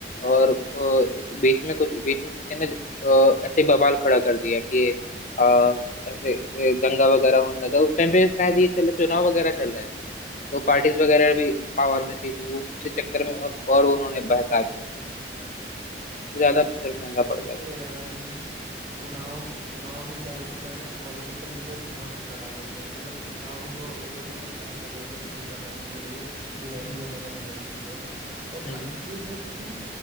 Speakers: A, on the left (about 45°); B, on the right (about 45°).
A: और अ, इस बीच में कुछ बीच में किसी ने अ, ऐसे ही बवाल खड़ा कर दिया कि अ, ऐसे ए, दंगा वगैरह होने लगा उस टाइम पे शायद ये चल चुनाव वगैरह चल रहे थे तो पार्टीज वगैरह भी पावर में थी तो वो उसी चक्कर में और, और उन्होंने बहका दिया ज्यादा फिर महंगा पड़ गया
B: देखो
A: था
B: यार चुनाव चुनाव में क्या होता है ना पॉलिटिकल लीडर चुनाव तो करा देते हैं मतलब चुनाव में तो लोगों को खड़ा कर देते हैं भीड़ बनाने के लिए जो रैली
A: हम्म
B: वगैरह निकलती है बट
A: हम्म
B: हाँ ये है कि